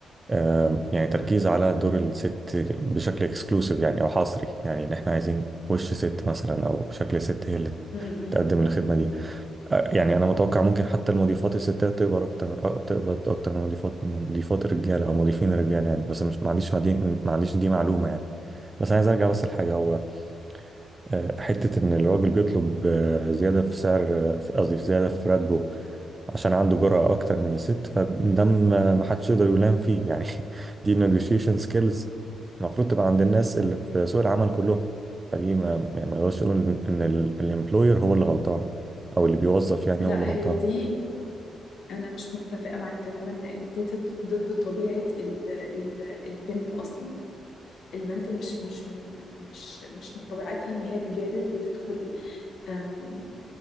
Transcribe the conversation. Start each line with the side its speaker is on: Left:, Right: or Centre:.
Right: آه، يعني تركيز على دور الست بشكل اكسكلوسيف يعني او حصري يعني ان احنا عايزين وش ست مثلا او شكل ست هي اللي
Left: م-م.
Right: تقدم الخدمه دي آه، يعني انا متوقع ممكن حتى المضيفات الستات تقبض اكتر آه، تقبض اكتر من مضيفات مضيفات الرجاله او مضيفين الرجاله يعني بس مش ما عنديش ما دي- ما عنديش دي معلومه يعني بس عايز ارجع بس لحاجه هو آه، حتة إن الراجل بيطلب آه، زيادة في سعر آه، في- قصدي في زيادة في راتبه عشان عنده جرأة أكتر من الست فده ما ما حدش يقدر يلام فيه يعني <laughs> دي negotiation skills المفروض تبقى عند الناس اللي في سوق العمل كلهم فدي ما يعني ما يقدرش يقول إن الامبلوير هو اللي غلطان أو اللي بيوظف يعني
Left: لا
Right: هو اللي غلطان
Left: هي دي انا مش متفقة معاك تماما لان دي تت- ضد طبيعة ال ال البنت اصلا البنت مش مش من مش مش من طبيعتها ان هي تجادل وتدخل أم،